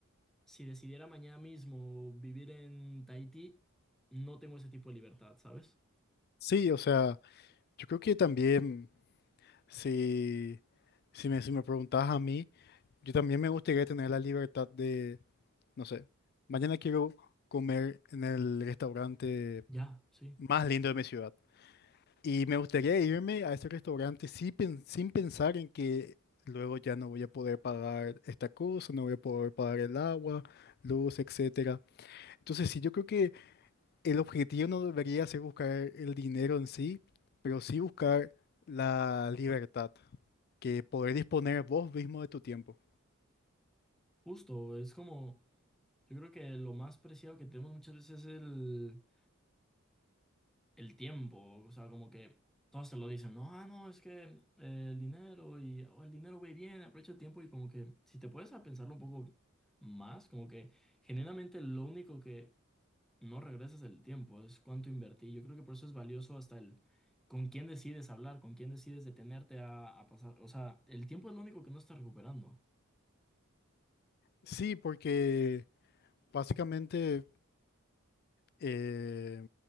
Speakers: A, in the centre; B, on the left (about 50°).
A: si decidiera mañana mismo vivir en Tahití, no tengo ese tipo de libertad, ¿sabes?
B: Sí, o sea, yo creo que también si, si me, si me preguntas a mí, yo también me gustaría tener la libertad de, no sé, mañana quiero comer en el restaurante
A: Ya, sí,
B: más lindo de mi ciudad. Y me gustaría irme a ese restaurante sí pen- sin pensar en que luego ya no voy a poder pagar esta cosa, no voy a poder pagar el agua, luz, etcétera. Entonces sí, yo creo que el objetivo no debería ser buscar el dinero en sí, pero sí buscar la libertad, que poder disponer vos mismo de tu tiempo.
A: justo, es como, yo creo que lo más preciado que tenemos muchas veces es el el tiempo, o sea, como que todos se lo dicen, no, ah, no, es que eh, el dinero y oh, el dinero va y viene, aprovecha el tiempo y como que si te puedes a pensarlo un poco más, como que generalmente lo único que no regresa es el tiempo, es cuánto invertí. Yo creo que por eso es valioso hasta el con quién decides hablar, con quién decides detenerte a, a pasar, o sea, el tiempo es lo único que no estás recuperando,
B: Sí, porque básicamente, eh,